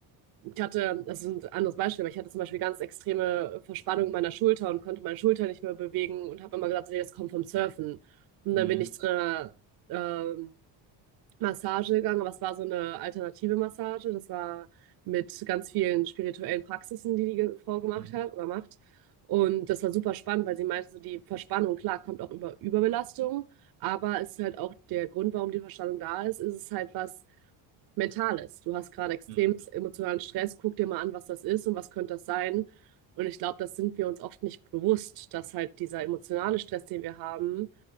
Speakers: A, on the right; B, on the right.
A: ich hatte, das ist ein anderes Beispiel, aber ich hatte zum Beispiel ganz extreme Verspannung meiner Schulter und konnte meine Schulter nicht mehr bewegen und habe immer gesagt, nee, das kommt vom Surfen. Und
B: Mhm.
A: dann bin ich zu einer ähm, Massage gegangen, aber es war so eine alternative Massage. Das war mit ganz vielen spirituellen Praxisen, die die Frau gemacht
B: Mhm.
A: hat oder macht. Und das war super spannend, weil sie meinte, so die Verspannung, klar, kommt auch über Überbelastung, aber es ist halt auch der Grund, warum die Verspannung da ist, ist es halt was, Mentales. Du hast gerade extrem
B: Mhm.
A: emotionalen Stress. Guck dir mal an, was das ist und was könnte das sein. Und ich glaube, das sind wir uns oft nicht bewusst, dass halt dieser emotionale Stress, den wir haben,